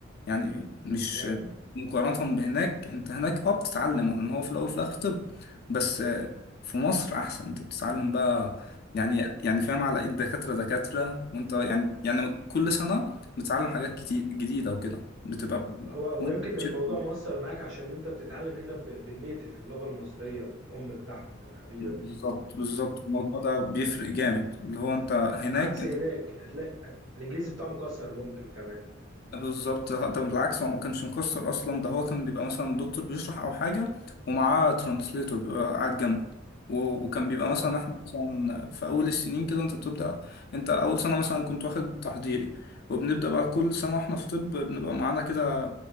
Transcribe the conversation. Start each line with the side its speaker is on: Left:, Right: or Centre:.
Left: يعني مش
Right: بجد
Left: مقارنة بهناك انت هناك اه بتتعلم ان هو في الأول وفي الآخر طب بس آه، في مصر أحسن انت بتتعلم بقى يعني يعني فاهم على ايد دكاترة دكاترة وانت يعني يعني كل سنة بتتعلم حاجات كتير جديدة وكده بتبقى
Right: هو هو
Left: وانت
Right: يمكن
Left: بتمشي.
Right: الموضوع مؤثر معاك عشان انت بتتعلم هنا ب... بالنيتف اللغة المصرية الأم بتاعتك الحبيبة
Left: بالظبط بالظبط الموضوع ده بيفرق جامد اللي هو انت هناك
Right: عكس
Left: انت
Right: هناك هتلاقي الانجليزي بتاعه مكسر ممكن كمان
Left: بالظبط ده بالعكس هو ما كانش مكسر اصلا ده هو كان بيبقى مثلا دكتور بيشرح او حاجه ومعاه ترانسليتور بيبقى قاعد جنبه و- وكان بيبقى
Right: <laughs>
Left: مثلا احنا مثلا في اول السنين كده انت بتبدا انت اول سنه مثلا كنت واخد تحضيري وبنبدا بقى كل سنه احنا في طب بنبقى معانا كده